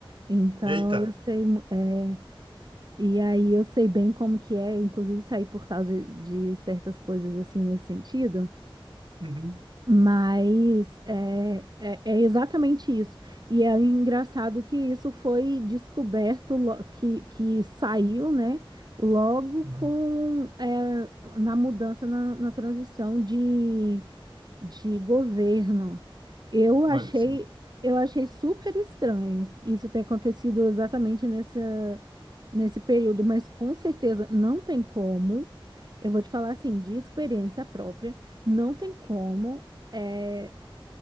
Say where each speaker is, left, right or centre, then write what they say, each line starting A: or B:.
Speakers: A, on the right (about 50°); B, on the right (about 65°).
A: Então
B: Eita.
A: eu sei. mu- É, E aí eu sei bem como que é, eu inclusive saí por causa de certas coisas assim nesse sentido,
B: Uhum.
A: mas é, é, é exatamente isso. E é engraçado que isso foi descoberto, lo- que, que saiu, né, logo
B: Uhum.
A: com, é, na mudança, na, na transição de, de governo. Eu achei,
B: Olha só.
A: eu achei super estranho isso ter acontecido exatamente nessa nesse período, mas com certeza não tem como. Eu vou te falar assim, de experiência própria, não tem como. é,